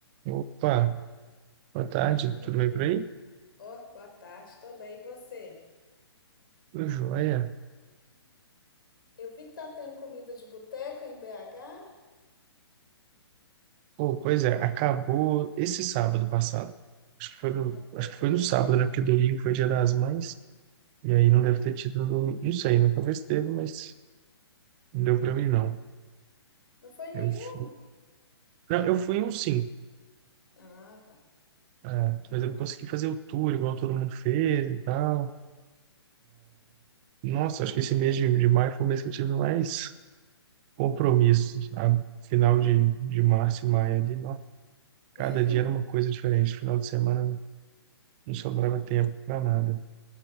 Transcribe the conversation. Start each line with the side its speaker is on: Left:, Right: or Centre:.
Right: Opa, boa tarde,
Left: Bom dia.
Right: tudo bem por aí?
Left: Ó, boa tarde. Tô bem, e você?
Right: Tudo jóia.
Left: Eu vi que tá tendo comida de boteco em BH.
Right: Pô, pois é, acabou esse sábado passado. Acho que foi no,
Left: Acabou
Right: acho que
Left: de
Right: foi
Left: acabar.
Right: no sábado, né? Porque domingo foi Dia das Mães, e
Left: Hum,
Right: aí não deve ter tido no domingo. Não sei, nunca vi se teve, mas não deu pra mim, não.
Left: não foi nenhum?
Right: Eu, fui- não, eu fui em um sim,
Left: Ah, tá.
Right: é, mas eu não consegui fazer o tour igual todo mundo fez e tal. Nossa, acho que esse mês de, de maio foi o mês que eu tive mais compromissos. A final de, de março e maio ali, nó,
Left: <laughs>
Right: cada dia era uma coisa diferente. Final de semana não sobrava tempo para nada.